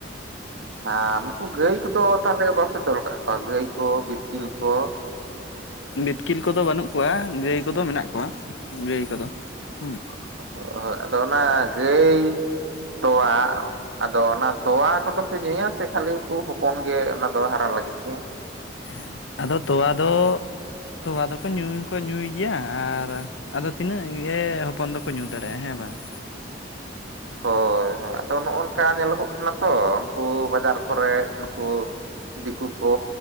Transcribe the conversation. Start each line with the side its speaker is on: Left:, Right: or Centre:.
Right: ᱟᱨ ᱱᱩᱠᱩ ᱜᱟᱹᱭ ᱠᱚᱫᱚ ᱛᱟᱞᱮ ᱵᱟᱯᱮ ᱛᱚᱞ ᱠᱟᱜ ᱠᱚᱣᱟ ᱜᱟᱹᱭ ᱠᱚ ᱵᱤᱛᱠᱤᱞ ᱠᱚ ᱾
Left: ᱵᱤᱛᱠᱤᱞ ᱠᱚᱫᱚ ᱵᱟᱹᱱᱩᱜ ᱠᱚᱣᱟ ᱜᱟᱹᱭ ᱠᱚᱫᱚ ᱢᱮᱱᱟᱜ ᱠᱚᱣᱟ ᱾ ᱜᱟᱹᱭ ᱠᱚᱫᱚ ᱦᱩᱸ᱾
Right: <inaudible> ᱦᱚᱜ ᱟᱫᱚ ᱚᱱᱟ ᱜᱟᱹᱭ ᱛᱚᱣᱟ ᱟᱫᱚ ᱚᱱᱟ ᱛᱚᱣᱟ ᱠᱚᱫᱚᱯᱮ ᱧᱩᱭᱟ ᱥᱮ ᱠᱷᱟᱹᱞᱤ ᱦᱩᱠᱩ ᱦᱚᱯᱚᱱ ᱜᱮ ᱚᱱᱟ ᱫᱚ ᱦᱟᱨᱟ ᱞᱟᱹᱜᱤᱫ ᱜᱮ ᱾
Left: <inaudible> ᱟᱫᱚ ᱛᱚᱣᱟ ᱫᱚ ᱛᱚᱣᱟ ᱫᱚᱠᱚ ᱠᱚ ᱧᱩᱭ ᱦᱚᱠᱚ ᱧᱩᱭ ᱜᱮᱭᱟ ᱾ᱟᱨ ᱟᱫᱚ ᱛᱤᱱᱟᱹᱜ ᱜᱮ ᱦᱚᱯᱚᱱ ᱫᱚᱠᱚ ᱧᱩ ᱫᱟᱲᱮᱜᱼᱟ ᱦᱮᱸ ᱵᱟᱝ ᱾
Right: ᱦᱳᱭ ᱦᱳᱭ ᱟᱫᱚ ᱱᱚᱜ ᱚᱝᱠᱟ ᱧᱮᱞᱚᱜᱚᱜ ᱠᱟᱱᱟ ᱛᱚ ᱩᱱᱠᱩ ᱵᱟᱡᱟᱨ ᱠᱚᱨᱮ ᱱᱩᱠᱩ ᱫᱤᱠᱩ ᱠᱚ